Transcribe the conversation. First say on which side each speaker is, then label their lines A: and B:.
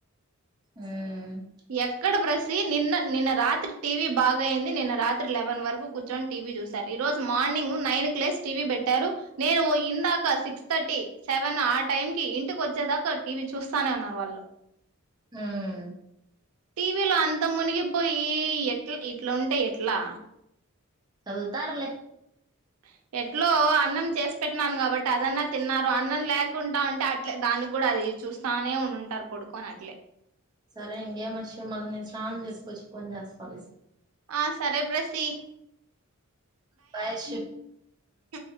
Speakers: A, on the right; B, on the right.
A: హుమ్
B: ఎక్కడ ప్రసీ నిన్న నిన్న రాత్రి టీవీ బాగాయింది నిన్న రాత్రి లెవెన్ వరకు కూర్చొని టీవీ చూశారు. ఈ రోజు మార్నింగ్ నైన్ క్ లేస్ టీవీ పెట్టారు నేను ఇందాక సిక్స్ థర్టీ సెవెన్ ఆ టైం కి ఇంటికొచ్చేదాకా టీవీ చూస్తానే ఉన్నారు వాళ్ళు
A: హుమ్
B: టీవీ లో అంత మునిగిపోయి ఇ ఎట్ల ఇట్లుంటే ఎట్లా
A: సదుతార్లే
B: <inaudible> ఎట్లో అన్నం చేసి పెట్టినానుగా బట్ అదన్నా తిన్నారు అన్నం లేకుంటా ఉంటే అట్లే దానికి కూడా అది చూస్తానే ఉండుంటారు పడుకోని అట్లే
A: సరే ఇంకే మష మల్ల నేన్ స్నానం చేసుకోవచ్చి ఫోన్ చేస్తాలే
B: ఆ సరే బ్రసీ
A: పయష
B: ఆ